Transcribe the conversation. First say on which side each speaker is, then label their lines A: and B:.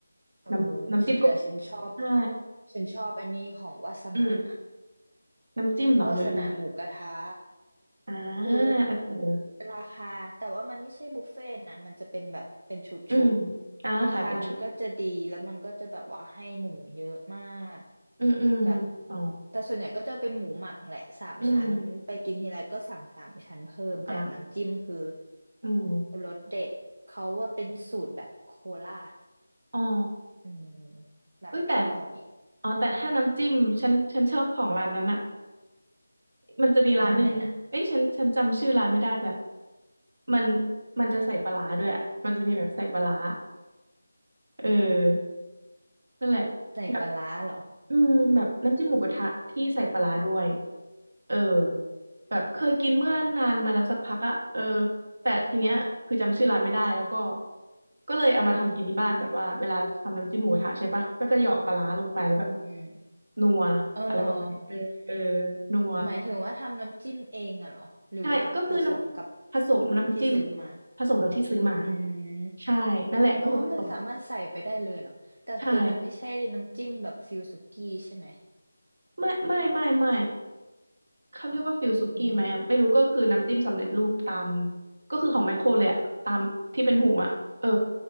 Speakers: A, on the right (about 80°); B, on the right (about 55°).
A: เออ
B: น้ำน้ำจิ้มก็
A: ฉันแต่ฉันชอบ
B: ใช่
A: ฉันชอบอันนี้ของวาสนา
B: อืมน้ำจิ้มเหรอหรืออะไร
A: วาสนาหมูกระทะ
B: อ่า
A: คือ
B: เออเออ
A: ราคาแต่ว่ามันไม่ใช่บุฟเฟ่ต์นะมันจะเป็นแบบเป็นชุดชุด
B: อืมอ่าขายเป็นชุด
A: ราคามันก็จะดีแล้วมันก็จะแบบว่าให้หมูเยอะมาก
B: อืมอืม
A: แบบ
B: อ๋อ
A: แต่ส่วนใหญ่ก็จะเป็นหมูหมักแหละสามชั้นไปกินทีไรก็สั่งสามชั้นเพิ่มแต่น้ำจิ้มคือ
B: อืมอ่าอืม
A: รสเด็ดเขาว่าเป็นสูตรแบบโคราช
B: อ๋อ
A: อืมแบบอร่อย
B: เอ้ยแต่ อ๋อแต่ถ้าน้ำจิ้มฉันฉันชอบของร้านนั้นอะมันจะมีร้านหนึ่งเอ้ยฉันฉันจำชื่อร้านไม่ได้แต่
A: ร้านไหนนะ
B: มันมันจะใส่ปลาร้าด้วยอะมันจะมีแบบใส่ปลาร้าเออนั่นแหละแบบ
A: ใส่ปลาร้าเหรอ
B: อืมแบบน้ำจิ้มหมูกระทะที่ใส่ปลาร้าด้วยเออแบบเคยกินเมื่อนานมาแล้วสักพักอะเออแต่ทีเนี้ยคือจำชื่อร้านไม่ได้แล้วก็ก็เลยเอามาทำกินที่บ้านแบบว่าเวลาทำน้ำจิ้มหมูกระทะใช่ปะก็จะเหยาะปลาร้าลงไปแล้วแบบ
A: อืมอืม
B: นัวอะไรประมาณนี้เออเออ
A: อ๋อเหรอ
B: นัว
A: หมายถึงว่าทำน้ำจิ้มเองอะเหรอหรือว่าผสมกับ
B: ใช่ก็คือน้ำผสมน้ำจิ้ม
A: ที่ซื้อมา
B: ผสมกับที่ซื้อมา
A: อืม
B: ใช่นั่นแหละก็คือผสม
A: อ๋อมันสามารถใส่ไปได้เลยเหรอแต่คือมันไม่ใช่น้ำจิ้มแบบฟิลสุกี้ใช่ไหม
B: ใช่ไม่ไม่ไม่ไม่ เขาเรียกว่าฟิลสุกี้ไหมอะไม่รู้ก็คือน้ำจิ้มสำเร็จรูปตาม
A: อ๋อ
B: ก็คือของแมคโครเลยอะตามที่เป็นถุงอะเออ